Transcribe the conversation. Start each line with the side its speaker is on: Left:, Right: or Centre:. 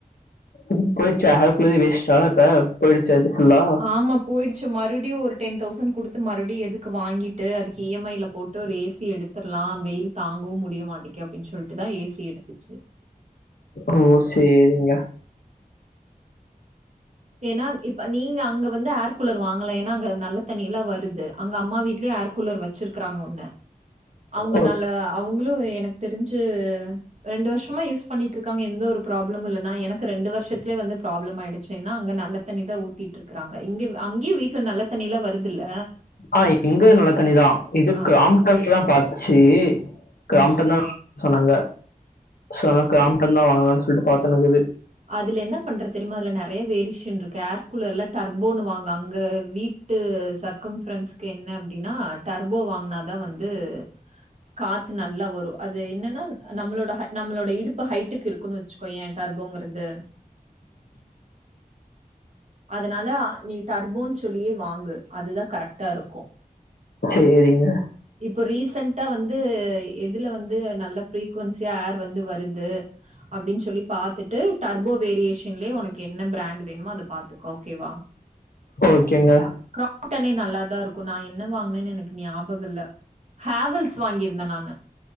Left: ம் போய்டுச்சா அதுக்குள்ளயே வேஸ்ட்டா இப்ப போய்டுச்சா அது ஃபுல்லா
Right: ஆமா போய்டுச்சு மறுப்டியு ஒரு டென் தௌசண்ட் குடுத்து மறுப்டியு எதுக்கு வாங்கிட்டு அதுக்கு இ எம் ஐல போட்டு ஒரு ஏசி எடுத் தர்லா வெயில் தாங்கவு முடிய மாட்டிக்கே அப்டின் சொல்ட்டுதா ஏசி எடுத்துச்சு
Left: ஓ சேரிங்க
Right: எனா இப்ப நீங்க அங்க வந்து ஏர் கூலர் வாங் கல எனா அங்க நல்ல தண்ணி எல்லா வருது அங்க அம்மா வீட்லயே ஏர் கூலர் வெச்சிருக்குறாங்க ஒன்னு அவுங்க
Left: ஓ
Right: நல்ல அவுங்களு எனக் தெரிஞ்சு ரெண்டு வர்ஷமா யூஸ் பண்ணிட்ருக்காங்க எந்த ஒரு ப்ராப்ளமு இல்லன்னா எனக்கு ரெண்டு வர்ஷத்துலயே வந்து ப்ராப்ளம் ஆய்டு எனா அங்க நல்ல தண்ணிதா ஊத்திட்டு இருக்கறாங்க இங்க அங்கியு வீட்ல நல்ல தண்ணிலா வருதுல்ல
Left: ஆ இங்க நல்ல தண்ணிதா இது
Right: ஆ,
Left: க்ராம்டன்தா
Right: அப்
Left: பாத்ச்சு க்ராம்டன்தா
Right: ம்.
Left: நல்லாருக் சொன்னாங்க சோ அத்னால க்ராம்டன்தா வாங்கலான் சொல்ட்டு பாத்துன்னுக்குது
Right: அதுல என்ன பண்ற தெரியுமா அதுல நறைய வேரியேஷன் இருக்கு ஏர் கூலர்ல டர்போனு வாங்கு அங்க வீட் டு சர்க்கம்ஃரெண்ட்ஸ்க்கு என்ன அப்டின்னா டர்போ வாங்னாதா வந்து காத்து நல்லா வரு அது என்னன்னா நம்மளோட ஹ நம்மளோட இடுப் பு ஹைட்டுக்கு இருக்குன் வெச்சுக்கோயே டார்பேங்கற் து அதனால நீ டர்போன் சொல்லியே வாங்கு அதுதா கரெக்ட்டா இருக்கு
Left: சரிங்க.
Right: இப்போ ரீசன்டா வந்து எதுல வந்து நல்ல ஃப்ரீக்வென்சியா ஏர் வந்து வருது அப்டின் சொல்லி பாத்துட்டு டர்போ வேரியேஷன்லயே உனக்கு என்ன ப்ராண்ட்டு வேணுமோ அத பாத்துக்கோ ஓகேவா
Left: ஓகேங்க.
Right: க்ராம்டனே நல்லாதா இருக்கு நா என்ன வாங்னேன் எனக்கு ஞாபக இல்ல ஹாவல்ஸ் வாங்கியிருந்த நானு